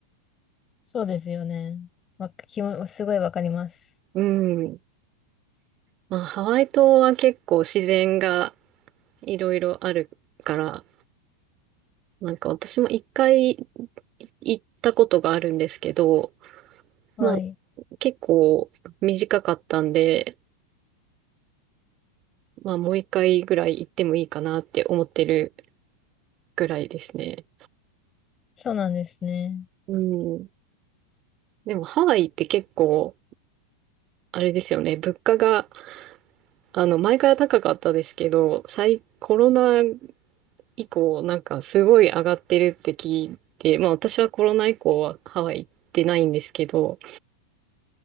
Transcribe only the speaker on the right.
うん。まあハワイ島は結構自然がいろいろあるから、なんか私も一回行ったことがあるんですけど、
まあ、結構短かったんで、まあ、もう一回ぐらい行ってもいいかなって思ってるぐらいですね。
うん。でも、ハワイって結構、あれですよね、物価が、あの、前から高かったですけど、最、コロナ以降、なんかすごい上がってるって聞いて、まあ、私はコロナ以降はハワイ行ってないんですけど、